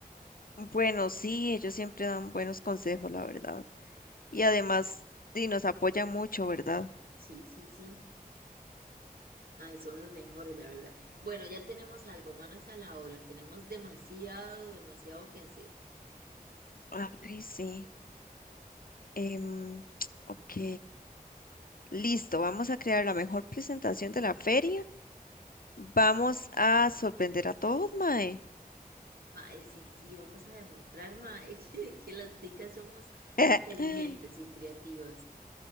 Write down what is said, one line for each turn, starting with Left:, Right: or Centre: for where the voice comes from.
Left: Bueno, sí, ellos siempre dan buenos consejos, la verdad. Y además, sí, nos apoyan mucho, ¿verdad?
Right: Sí, sí, sí. Ay, son los mejores, la verdad. Bueno, ya tenemos algo, manos a la hora. Tenemos demasiado, demasiado que hacer.
Left: Ay, sí. Em, <tsk> ok. Listo, vamos a crear la mejor presentación de la feria. Vamos a sorprender a todos, Mae.
Right: Mae, sí, sí, vamos a demostrar, mae, <laughs> que, que las ticas somos
Left: <laughs>
Right: inteligentes y creativas.